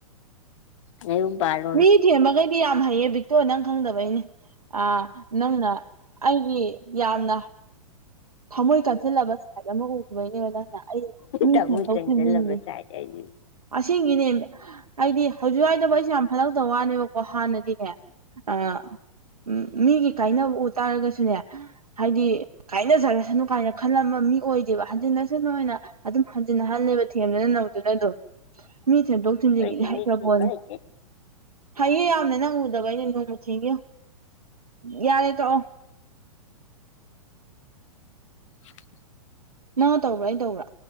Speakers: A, on the left; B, on the right.
A: ꯅꯌꯨꯝ ꯄꯥꯟ
B: ꯃꯤ ꯊꯦꯡꯕꯒꯩꯗꯤ ꯌꯥꯝ ꯍꯩꯌꯦ ꯕꯤꯠ ꯇꯣ ꯅꯪ ꯈꯪꯗꯕꯩꯅꯦ ꯑꯥ ꯅꯪꯅ ꯑꯩꯒꯤ ꯌꯥꯝꯅ ꯊꯝꯃꯣꯏ ꯀꯥꯁꯤꯜꯂꯕ ꯁꯥꯏꯠ ꯑꯃ ꯎꯈꯤꯕꯩꯅꯦꯕ ꯅꯪ ꯅ ꯑꯩ ꯃꯤ
A: ꯇꯃꯣꯏ
B: ꯊꯦꯝꯗꯣꯛ
A: ꯀꯟꯖꯜꯂꯕ
B: ꯊꯝꯖꯤꯟꯒꯤ
A: ꯁꯥꯏꯗ ꯑꯩꯗꯤ
B: ꯑꯁꯤꯒꯤꯅꯦ ꯑꯩꯗꯤ ꯍꯧꯖꯤꯛ ꯋꯥꯏꯗꯕꯨ ꯑꯩꯁꯦ ꯌꯥꯝ ꯐꯠꯂꯛꯇꯕ ꯋꯥꯅꯦꯕꯀꯣ ꯍꯥꯟꯅꯗꯤꯅꯦ ꯑ ꯎꯝ ꯃꯤꯒꯤ ꯀꯥꯏꯅꯕ ꯎ ꯇꯥꯔꯒꯁꯨꯅꯦ ꯍꯥꯏꯗꯤ ꯀꯥꯏꯅꯖꯔꯁꯅꯨ ꯀꯥꯏꯅ ꯈꯜꯂꯝꯕ ꯃꯤ ꯑꯣꯏꯗꯦꯕ ꯍꯟꯖꯤꯟꯁꯅꯨ ꯍꯥꯏꯅ ꯑꯗꯨꯝ ꯍꯟꯖꯤꯟꯅ ꯍꯜꯂꯦꯕ ꯊꯦꯝꯗꯅ ꯅꯧꯗꯨꯅ ꯑꯗꯨꯝ ꯃꯤ ꯊꯦꯝꯗꯣꯛ ꯊꯤꯟꯖꯤꯟꯒꯤꯗꯤ
A: ꯑꯩꯗꯤ
B: ꯍꯩꯈ꯭ꯔ
A: ꯃꯤ ꯊꯦꯝꯕ
B: ꯄꯣꯠꯅꯤ
A: ꯍꯩꯇꯦ
B: ꯍꯩꯌꯦ ꯌꯥꯝꯅ ꯅꯪ ꯎꯗꯕꯩꯅꯦ ꯅꯣꯡꯃ ꯊꯦꯝꯒꯦ ꯌꯦꯡꯑꯣ ꯌꯥꯔꯦ ꯇꯣꯛꯑꯣ
A: <unintelligible>
B: ꯅꯪꯅ ꯇꯧꯕ꯭ꯔꯥ ꯑꯩꯅ ꯇꯧꯕ꯭ꯔꯥ